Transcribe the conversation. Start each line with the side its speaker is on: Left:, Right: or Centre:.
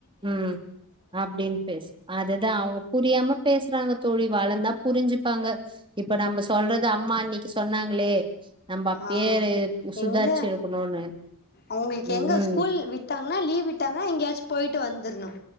Right: ம் அப்படின்னு பேச அதுதான் அவன் புரியாம பேசுறாங்க தோழி வளர்ந்தா புரிஞ்சு இருப்பாங்க இப்ப நம்ம சொல்றது அம்மா அன்னைக்கு சொன்னாங்களே நம்ம அப்பயே
Left: ஆ எங்க
Right: சுதாரிச்சு இருக்கணும்னு
Left: அவங்களுக்கு
Right: ம்
Left: எங்க ஸ்கூல் விட்டாங்கன்னா லீவ் விட்டாங்கன்னா எங்கயாச்சும் போயிட்டு வந்து தணும்